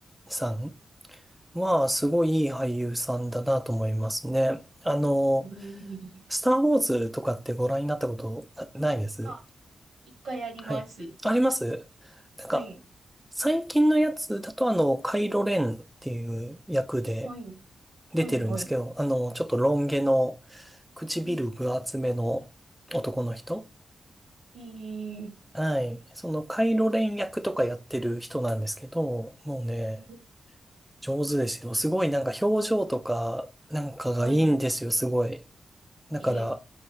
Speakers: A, in the centre; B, on the right (about 75°).
A: ーさんは、すごいいい俳優さんだなと思いますね。あの、
B: えー、
A: スター・ウォーズとかってご覧になったことなないです
B: あ、一回やります。
A: はい。ありますなんか、
B: はい、
A: 最近のやつだとあの、カイロ・レンっていう役で
B: はい、
A: 出てるんですけど、
B: はい、はい。
A: あの、ちょっとロン毛の唇分厚めの男の人
B: うんえー、
A: はい。その、カイロ連役とかやってる人なんですけど、もうね、
B: うん
A: 上手ですよ。すごいなんか表情とか、なんかがいいんですよ、
B: はい。
A: すごい。だから、
B: え